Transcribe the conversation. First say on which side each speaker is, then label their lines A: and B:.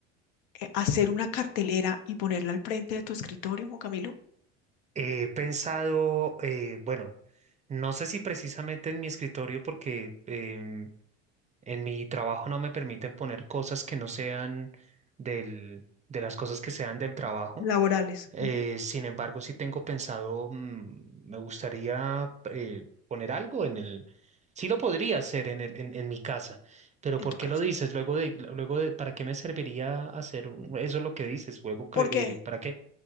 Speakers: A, on the left (about 70°); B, on the right (about 20°).
A: eh, hacer una cartelera y ponerla al frente de tu escritorio, Juan Camilo?
B: He pensado, eh, bueno, no sé si precisamente en mi escritorio, porque em, en mi trabajo no me permiten poner cosas que no sean del, de las cosas que sean del trabajo
A: laborales
B: Eh,
A: ujú,
B: sin embargo, sí tengo pensado, mm, me gustaría eh, poner algo en el... Sí lo podría hacer en el, en, en mi casa, pero
A: en
B: ¿por
A: tu
B: qué
A: casa.
B: lo dices? Luego de, luego de, ¿para qué me serviría hacer un- eso es lo que dices? Luego, cre-
A: ¿Por qué?
B: eh, ¿para qué?